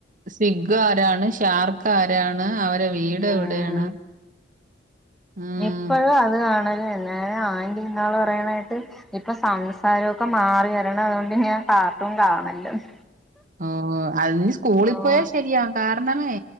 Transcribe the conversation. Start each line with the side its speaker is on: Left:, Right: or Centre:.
Right: സിഗ്ഗ് ആരാണ് ഷാർക്ക് ആരാണ് അവരെ വീട്
Centre: ഉം
Right: എവിടെയാണ് ഉം
Centre: എപ്പഴും അത് കാണലെന്നെ ആന്റി ഇന്നാള് പറീണ കേട്ട് ഇപ്പൊ സംസാരോക്കെ മാറി വരണതോണ്ട് ഇങ്ങനെ കാർട്ടൂൺ കാണല്ലേന്ന്
Right: ഓഹ് അത്ഞ്ഞ് സ്കൂളി
Centre: ഓഹ്
Right: പോയാ ശരിയാവു കാരണമേ